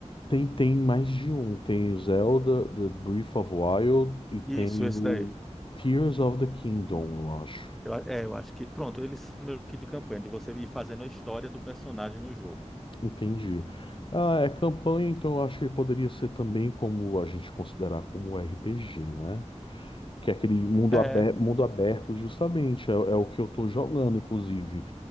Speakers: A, on the left; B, in the centre.
A: Tem, tem mais de um. Tem o Zelda, The Breath of Wild e tem
B: Isso, esse
A: o
B: daí.
A: Tears of the Kingdom, eu acho.
B: Eu, a- é, eu acho que, pronto, eles são meio que de campanha, de você ir fazendo a história do personagem no jogo.
A: Entendi. Ah, é campanha, então eu acho que poderia ser também como a gente considerar como RPG, né? Que é aquele mundo
B: É,
A: aberto, mundo aberto justamente, é, é o que eu tô jogando, inclusive.